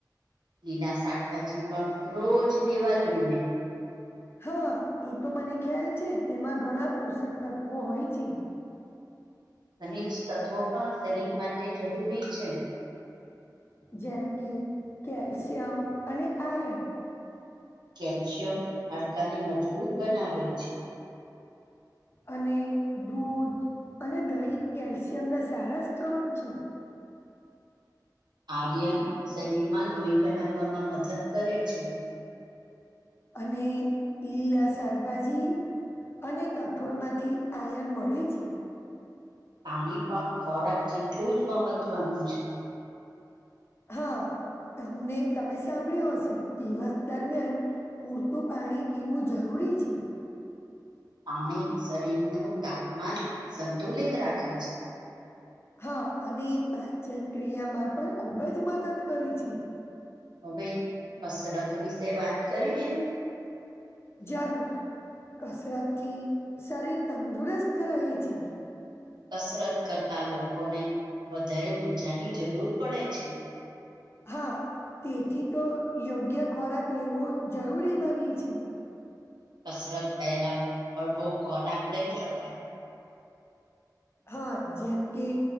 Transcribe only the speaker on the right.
લીલા શાકભાજી પણ રોજ લેવા જોઈએ
ઘનિજ તત્વો પણ શરીર માટે જરૂરી છે
કેલ્શિયમ હાડકાને મજબૂત બનાવે છે
આર્યન શરીરમાં લોહી બનાવવામાં મદદ કરે છે
પાણી પણ ખોરાક જેટલું જ મહત્ત્વનું છે
પાણી શરીરનું તાપમાન સંતુલિત રાખે છે
હવે કસરત વિશે વાત કરીશું
કસરત કરતા લોકોને વધારે ઉર્જાની જરૂર પડે છે
કસરત પહેલા હળવો ખોરાક લઈ શકાય